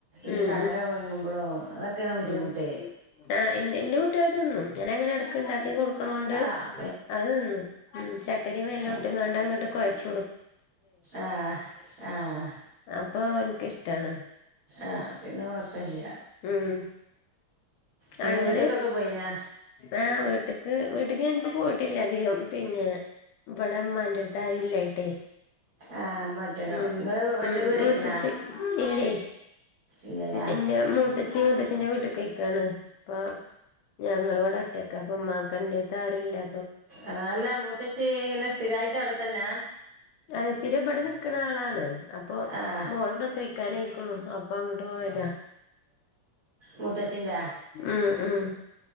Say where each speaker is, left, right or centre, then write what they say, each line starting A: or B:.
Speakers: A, on the left; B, on the right.
A: ഉം
B: ഈ കടല ഒഴുങ്ങുമ്പോഴും അതൊക്കെയാണ് ബുദ്ധിമുട്ട്
A: ഉ ഉ ആ ന്റെ ന്റെ കൂട്ടീൾ തിന്നും. ഇങ്ങനെ അങ്ങനെ എടക്ക് ണ്ടാക്കി കൊടുക്കണോണ്ട്
B: ആഹ് ആഹ്
A: അയ് തിന്നും ഉം ചക്കരിം വെല്ലോട്ട്ങ്ങാണ്ട്
B: അപ്പ ആഹ്
A: അങ്ങട്ട് കൊയച്ചു
B: ആഹ് ആഹ്.
A: അപ്പൊ ഇൻക്കിഷ്ടാണ്
B: ആഹ് പിന്നെ കൊഴപ്പല്ല
A: ഉം.
B: പിന്നെ
A: അങ്ങനെ
B: വീട്ട്ക്കൊക്കെ പോയിനാ
A: ആഹ് വീട്ട്ക്ക് വീട്ടിക്ക് ഞാനി പ്പ പോയിട്ടില്ല അധികം പിന്നേ വടെ മ്മാന്റെ അടു ആരുല്ലായിട്ടെയ്
B: ആഹ് ഇമ്മ ഒറ്റക്കാവും
A: ഉം
B: ഇങ്ങള് ഒറ്റ
A: ഉം
B: വീടയ്ക്ക്ണാ
A: മൂത്തച്ചി ഇല്ലേയ്.
B: ഇല്ലലേ
A: എന്റെ മൂത്തച്ചി മൂത്തച്ചിന്റെ വീട്ടിക്കയ്ക്കാണ് അ ഞങ്ങളിവടെ ഒറ്റയ്ക്കാ അപ്പൊ മ്മാക്കന്റെര്ത്ത് ആരും ഇല്ലാ
B: ആഹ് അല്ല മൂത്തച്ചി എങ്ങനെ സ്ഥിരായിട്ട് അവിടത്തന്നാ?
A: അതെ സ്ഥിരം ഇബടെ നിക്കണ ആളാണ് അപ്പൊ
B: ആഹ്
A: മോള് പ്രസവി ക്കാനയിക്ണു അപ്പൊ അങ്ങട്ട് പോയതാ.
B: മൂത്തച്ചിന്റാ
A: ഉം ഉം.